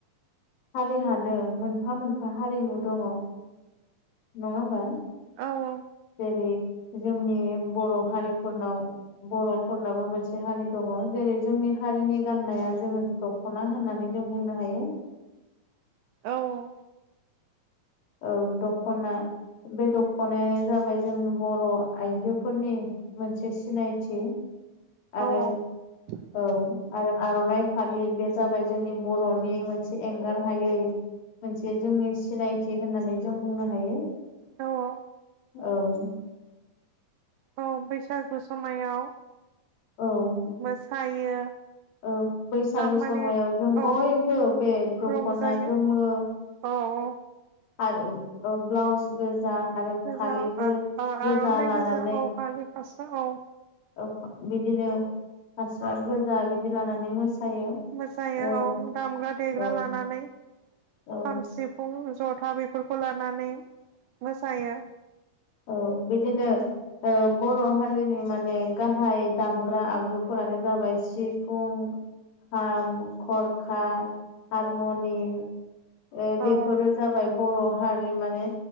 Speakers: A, on the left (about 75°); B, on the right (about 80°).
A: हारिहानो मोनफा मोनफा हारिमु दङ नङा होमबा?
B: औ औ
A: जेरै जोंनि बर' हारिफोरनाव बर'फोरनाबो मोनसे हारि दङ जेरै जोंनि हारिनि गाननाया जोङो दख'ना होननानै जों बुंनो हायो।
B: औ औ
A: औ दख'ना बे दख'नायानो जाबाय जों बर' आइजोफोरनि मोनसे सिनायथि आरो
B: औ <inaudible>
A: औ आरो आर'नाइ फालि बे जाबाय जोंनि बर'नि मोनसे एंगार हायै मोनसे जोंनि सिनायथि होननानै जों बुंनो हायो।
B: औ औ
A: औ
B: औ बैसागु समायाव
A: औ
B: मोसायो
A: ओ बैसागो
B: माने
A: समायाव जों
B: औ
A: बयबो बे दख'ना
B: रंजायो
A: गोमो
B: औ औ
A: आरो ओ ब्लाउस गोजा आरो
B: गोजा
A: फालि गो-गोजा
B: औ आर'नाइ
A: लानानै
B: गोजा औ फालि फास्रा औ
A: औ बिदिनो फास्रा गोजा बिदि लानानै मोसायो।
B: मोसायो
A: ओ
B: औ दामग्रा देग्रा
A: औ
B: लानानै खाम
A: औ
B: सि फुं ज'था बेफोरखौ लानानै मोसायो।
A: औ बिदिनो ओ बर' हारिनि माने गाहाय दामग्रा आगजुफोरानो जाबाय सिफुं खाम, खरखा, हारमनि ओ बेफोरो
B: औ
A: जाबाय बर' हारि माने